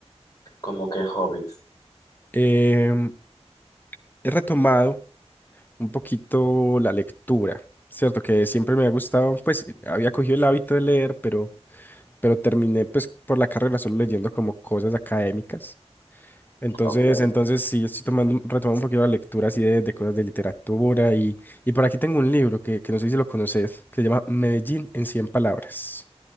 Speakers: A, on the left (about 35°); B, on the left (about 15°).
A: ¿cómo qué hobbies?
B: Em, he retomado un poquito la lectura. Cierto que siempre me ha gustado, pues había cogido el hábito de leer, pero pero terminé pues por la carrera solo leyendo como cosas académicas. Entonces,
A: Ok.
B: entonces sí, estoy tomando, retomando un poquito la lectura así de, de cosas de literatura y, y por aquí tengo un libro que, que no sé si lo conoces, que se llama Medellín en cien palabras.